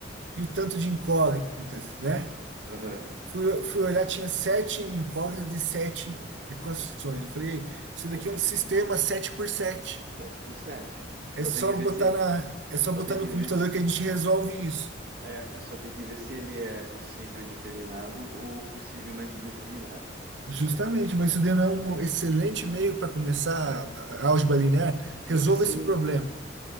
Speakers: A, on the right; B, on the right.
A: e o tanto de incógnitas, né?
B: aham.
A: Fui, fui olhar, tinha sete incógnitas de sete equações. Eu falei, isso daqui
B: Opa,
A: é um sistema 7 por sete
B: Sete por sete.
A: É
B: Só
A: só
B: tem que ver
A: botar
B: se.
A: na, é só
B: Só
A: botar
B: tem que
A: no computador
B: ver se.
A: que a gente resolve isso.
B: É, só tem que ver se ele é possível e determinado ou possível, mas indeterminado.
A: Justamente, mas isso daí não é um excelente meio para começar
B: É,
A: a a álgebra linear. Resolva
B: é, sim,
A: esse problema.